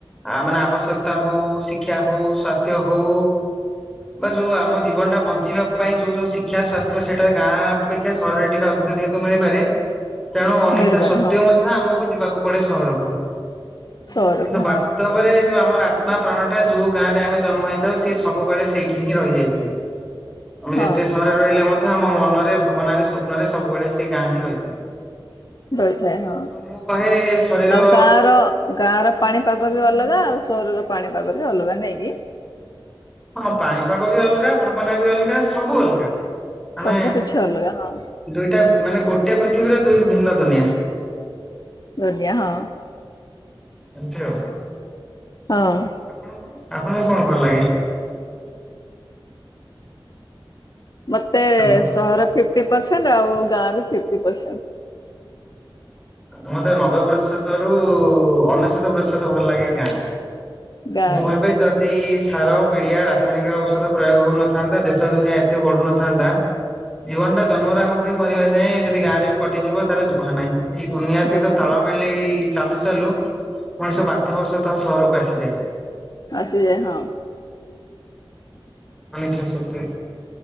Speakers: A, in the centre; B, on the left.
A: ଆ ମାନେ ଆବଶ୍ୟକତା ହଉ ଶିକ୍ଷା ହଉ ସ୍ଵାସ୍ଥ୍ୟ ହଉ ବା ଯୋଉ ଆମ ଜୀବନଟା ବଞ୍ଚିବା ପାଇଁ ଯୋଉ ଯୋଉ ଶି ଶିକ୍ଷା ସ୍ୱାସ୍ଥ୍ୟ ସେଟା ଗାଁ ଅପେକ୍ଷା ସହରରେ ଟିକେ ଅଧିକ ସେତୁ ମିଳିପାରେ। ତେଣୁ ଅନିଚ୍ଛା
B: ମିଳିପାରେ
A: ସତ୍ୱେ
B: ହଁ
A: ମଧ୍ୟ ଆମକୁ ଯିବାକୁ ପଡେ ସହରକୁ।
B: ସହରକୁ
A: କିନ୍ତୁ ବାସ୍ତବରେ।
B: ହଁ
A: ଯଉ ଆମର ଆତ୍ମା ପ୍ରାଣ ଟା ଯୋଉ ଗାଁରେ ଆମେ ଜନ୍ମ ହେଇଥାଉ ସେ ସବୁବେଳେ ସେଇଠି ହିଁ ରହିଯାଇଥାଏ। ଆମେ
B: ହଁ
A: ଯେତେ ସହରରେ ରହିଲେ ମଧ୍ୟ ଆମ ମନରେ ଭାବନାରେ ସ୍ୱପ୍ନରେ ସବୁବେଳେ ସେଇ ଗାଁ ହିଁ ରହିଥାଏ।
B: ରହିଥାଏ ହଁ।
A: ତଣୁ ମୁଁ କହେ ଶରୀର
B: ଆଉ ଗାଁ ର ଗାଁ ର ପାଣିପାଗ ବି ଅଲଗା ଆଉ ସହରର ପାଣିପାଗ ବି ଅଲଗା ନାଇକି।
A: ହଁ ପାଣିପାଗ ବି ଅଲଗା ଭାବନା ବି ଅଲଗା ସବୁ ଅଲଗା। ମାନେ
B: ସବୁ କିଛି ଅଲଗା ହଁ
A: ଦୁଇଟା ମାନେ ଗୋଟେ ପୃଥିବୀରେ ଦୁଇ ଭିନ୍ନ ଦୁନିଆ।
B: ଦୁନିଆ ହଁ।
A: ସେମିତି ଆଉ
B: ହଁ।
A: ଆପଣଙ୍କୁ? ଆପଣଙ୍କୁ କଣ କର ଲାଗେ?
B: ମତେ
A: ହ୍ୟାଲୋ
B: ସହର ଫିଫ୍ଟି ପରସେଣ୍ଟ ଆଉ ଗାଁ ବି ଫିଫ୍ଟି ପରସେଣ୍ଟ।
A: ମତେ ନବେ ପ୍ରତିଶତ ରୁ ଅନ ପ୍ରଶତ ଭଲ ଲାଗେ ଗାଁ
B: ଗାଁରେ।
A: ମୁଁ ଭାବେ ଯଦି ସାର ପିଡିଆ ରାସାୟନିକ ଔଷଧ ପ୍ରୟୋଗ ହଉନଥାନ୍ତା ଦେଶ ଦୁନିଆ ଏତେ ବଢୁନଥାନ୍ତା ଜୀବନ ଟା ଜନ୍ମର ଆରମ୍ଭ ହ ମରିବା ଯାଏଁ ଯଦି ଗାଁରେ ବି କଟିଯିବ ତାର ଦୁଃଖ ନାହିଁ। ଏଇ ଦୁନିଆ ସହିତ
B: ଦୋକାନ
A: ତାଳମେଳ ଚାଲୁଛି ଚାଲୁ ମଣିଷ ବାଧ୍ୟବ ସତଃ ସହରକୁ ଆସିଯାଏ।
B: ଆସି ଯଏ ହଁ।
A: ଅନିଛା ସତ୍ୱେ।